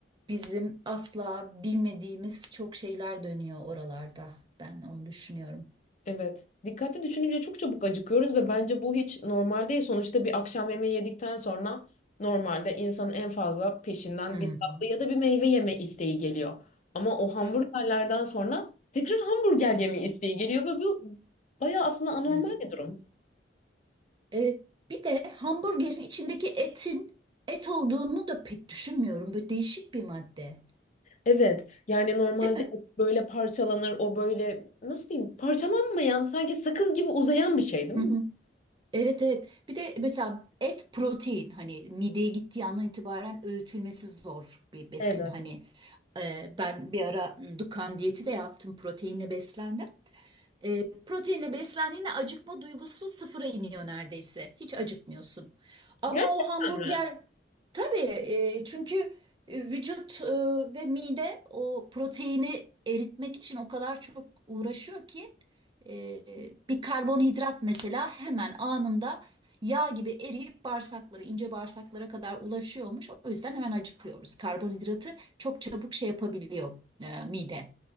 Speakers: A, on the right; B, on the left.
A: bizim asla bilmediğimiz çok şeyler dönüyor oralarda. Ben onu düşünüyorum.
B: Evet. Dikkatli düşününce çok çabuk acıkıyoruz ve bence bu hiç normal değil. Sonuçta bir akşam yemeği yedikten sonra normalde insanın en fazla peşinden
A: Hı
B: bir
A: hı.
B: tatlı ya da bir meyve yeme isteği geliyor. Ama o hamburgerlerden
A: Evet.
B: sonra tekrar hamburger yeme isteği geliyor ve bu bayağı aslında anormal
A: Hı hı.
B: bir durum.
A: Evet. Bir de hamburgerin içindeki etin et olduğunu da pek düşünmüyorum. Böyle değişik bir madde,
B: Evet. Yani normalde
A: değil mi?
B: et böyle parçalanır, o böyle nasıl diyeyim parçalanmayan sanki sakız gibi uzayan bir şey değil
A: Hı
B: mi?
A: hı. Evet evet. Bir de mesela et protein hani mideye gittiği andan itibaren öğütülmesi zor bir besin.
B: Evet.
A: Hani e, ben bir ara m, Dukan diyeti de yaptım proteinle beslendim. E, proteinle beslendiğinde acıkma duygusu sıfıra iniyor neredeyse. Hiç acıkmıyorsun. Ama
B: Gerçekten
A: o hamburger
B: mi?
A: tabii e, çünkü e, vücut e, ve mide o proteini eritmek için o kadar çok uğraşıyor ki e, bir karbonhidrat mesela hemen anında yağ gibi eriyip bağırsaklara, ince bağırsaklara kadar ulaşıyormuş. O yüzden hemen acıkıyoruz. Karbonhidratı çok çabuk şey yapabiliyor e, mide.